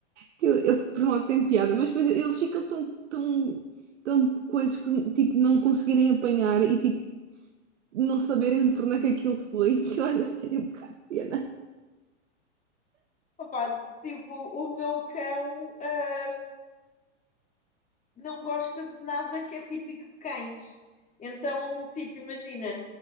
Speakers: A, on the right; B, on the left.
A: Que Eu, eu, por um lado, tenho piada, mas depois eles ficam tão, tão, tão coisas por, tipo, não conseguirem apanhar e, tipo, não saberem por onde é que aquilo foi, <laughs> que eu às vezes tenho um bocado de pena.
B: Opa, tipo, o meu cão. hum, não gosta de nada que é típico de cães. Então, tipo, imagina,